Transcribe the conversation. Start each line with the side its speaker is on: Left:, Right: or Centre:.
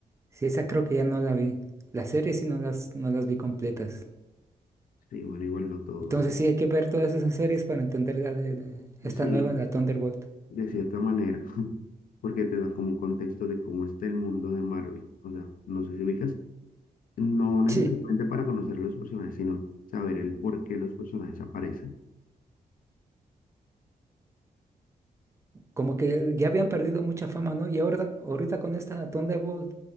Right: Sí, esa creo que ya no la vi. Las series sí no las, no las vi completas.
Left: Sí, bueno, igual no todos.
Right: Entonces sí hay que ver todas esas series para entender la de, de esta
Left: Sí,
Right: nueva, la Thunderbolt.
Left: de cierta manera, <laughs> porque te da como un contexto de cómo está el mundo de Marvel. O sea, no sé si ubicas, no necesariamente
Right: Sí,
Left: para conocer los personajes, sino saber el por qué los personajes aparecen.
Right: como que ya habían perdido mucha fama, ¿no? Y ahora, ahorita con esta Thunderbolt